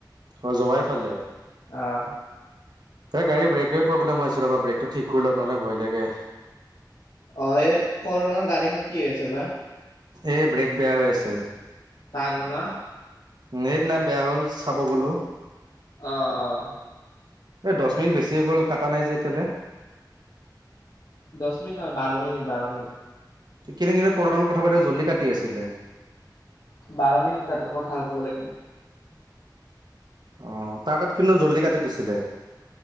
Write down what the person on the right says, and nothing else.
অঁ, জোৱাইৰ ফালে।
এই গাড়ীৰ ব্ৰেকে প্ৰব্লেম আছে ৰবা, ব্ৰেকটো ঠিক কৰি লগ নহলে ভয়ে লাগে।
এই ব্ৰেক বেয়া হৈ আছে।
সেইদিনা বেয়া হ'ল চাব গ'লো।
এই দহ মিনট বেছি হৈ গ'ল, কাটা নাই যে এতিয়ালৈকে।
কিন্তু- কিন্তু কৰ্ণৰ লগত কথা পাতি জল্দি কাটি আছিলে।
অঁ, তাৰ তাত কিন্তু জল্দি কাটি দিছিলে।